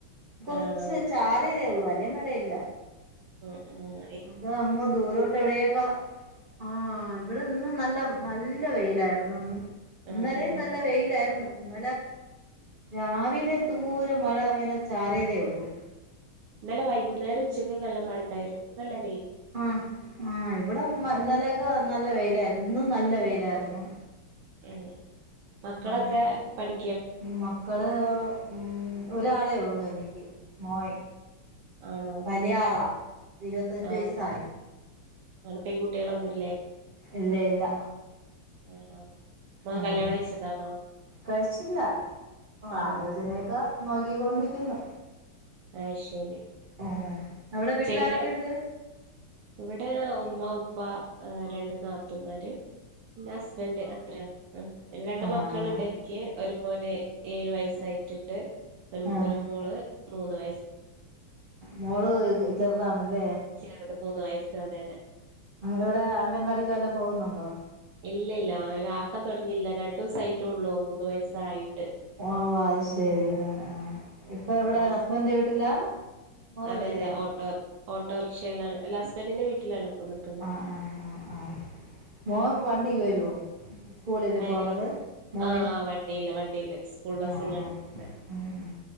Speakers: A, on the right; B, on the right.
A: കുറച്ച്
B: ആണോ
A: ചാറിയതേ ഉള്ളു വലിയ മഴയില്ല
B: ഉം ഉം
A: അതാ അങ്ങ് ദൂരോട്ട് എവിടെയൊക്കെ ആഹ് ഇവിടെ ഇന്നും നല്ല നല്ല വെയിലായിരുന്നുന്ന്
B: ആ
A: ഇന്നലെ
B: ആ
A: നല്ല വെയിലായിരുന്നു ഇന്നലെ രാവിലെ തുപോലം മഴ ഇങ്ങനെ ചാറിയതേ ഉള്ളു
B: ഇന്നലെ വൈകുന്നേരം ഉച്ചക്കൊക്കെ നല്ല മഴയിണ്ടായിരുന്നു ഇന്നലെ
A: ആ ആഹ് ഇവിടെ ഇന്നലെയെക്കെ നല്ല വെയിലായിരുന്നു ഇന്നും നല്ല വെയിലായിരുന്നു
B: ഉം മക്കളൊക്കെ
A: ആഹ്
B: പഠി
A: മക്കള് മ് ഒരാളേ ഉള്ളു എനിക്ക് മോൻ
B: ആണോ
A: വലിയ ആള ഇരുപത്തിഞ്ച്
B: ആ, അതെ
A: വയസായി
B: ആണ് പെൺകുട്ടികളൊന്നും ഇല്ല
A: ഇല്ല ഇല്ല
B: ആണോ മോൻ
A: ഉം
B: കല്യാണം കഴിച്ചതാണോ
A: കഴിച്ചില്ല
B: ആണോ
A: ആലോചനയൊക്കെ നോക്കിക്കൊണ്ടിരിക്കുന്നു
B: അത് ശരി
A: ആ അവിടെ വീട്ടിൽ
B: ചെടികൾ
A: ആരൊക്കെയുണ്ട്
B: ഇവിടെ ഉമ്മ ഉപ്പ രണ്ട് നാത്തൂൻമാര് പിന്നെ ഹസ്ബൻ്റ് അത്രയും ഉം പിന്നെ രണ്ട്
A: ആഹ്
B: മക്കളുണ്ട് എനിക്ക് ഒരു മോന് ഏഴു വയസ്സായിട്ടുണ്ട് ഒരു
A: ആഹ്
B: ഒരു മോള് മൂന്ന് വയസ്
A: മോള് ചെറുതാണല്ലേ
B: ചെറുത് മൂന്ന് വയസ് അതെ അതെ
A: ഇവിടെ അംഗൻവാടിക്ക് വല്ലോം പോകുന്നുണ്ടോ
B: ഇല്ലല്ല അ ആക്കാൻ തുടങ്ങിയില്ല രണ്ടു ദിവസം ആയിട്ടുള്ളൂ മൂന്ന് വയസായിട്ട്
A: ഓ അത് ശരി ആ ആ ഇപ്പൊ എവിടെ
B: ആ
A: ഹസ്‌ബെഡിൻ്റെ വീട്ടിലാ മോളെ
B: അതെ
A: വീട്ടിലാ
B: അതെ ഓട്ടോ ഓട്ടോറിക്ഷയിലാണ് ല്ല ഹസ്ബൻ്റിന്റെ വീട്ടിലാണ് നിക്കുന്നെ
A: ആഹ് ആഹ് ആഹ് ആഹ മോൻ വണ്ടിയിൽ വരുവോ സ്കൂളില്
B: ആര്
A: പോണത് മോൻ
B: ആ ആഹ് വണ്ടിയില് വണ്ടിയില് സ്കൂൾ ബസ്സിലാണ്
A: ആഹ് ആഹ്
B: പോകുന്നത്
A: ഉം